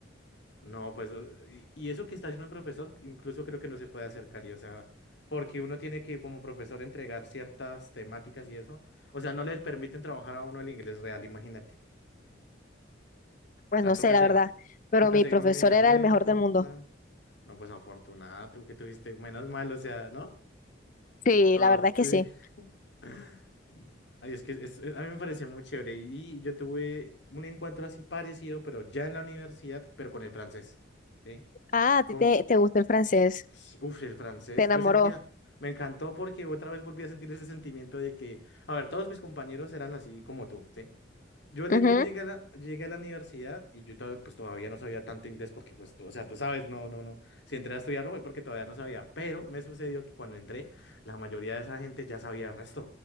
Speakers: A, on the left; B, on the left.
A: No, pues, o- y, y eso que está haciendo el profesor, incluso creo que no se puede hacer, Cari, o sea, porque uno tiene que, como profesor, entregar ciertas temáticas y eso. O sea, no les permiten trabajar a uno el inglés real, imagínate.
B: Pues
A: O sea,
B: no
A: toca,
B: sé, la
A: se-
B: verdad, pero
A: toca
B: mi
A: seguir
B: profesor
A: un lineamiento,
B: era el mejor del
A: un
B: mundo.
A: plan. No, pues afortunada, tú que tuviste menos mal, o sea, ¿no?
B: Sí,
A: Todo.
B: la verdad es
A: tú-
B: que sí.
A: <laughs> Ay, es que es- a mí me pareció muy chévere. Y yo tuve un encuentro así parecido, pero ya en la universidad, pero con el francés. ¿sí?
B: Ah, a
A: con
B: ti te, te gustó el francés,
A: Sí, Uf, el francés,
B: te enamoró.
A: yo sentía, me encantó porque otra vez volví a sentir ese sentimiento de que, a ver, todos mis compañeros eran así como tú, ¿sí? Yo, le-
B: Ujú.
A: yo llegué a la, llegué a la universidad y yo to- pues todavía no sabía tanto inglés porque pues tú, o sea, tú sabes, no, no, no, si entré a estudiarlo fue porque todavía no sabía, pero me sucedió que cuando entré, la mayoría de esa gente ya sabía el resto,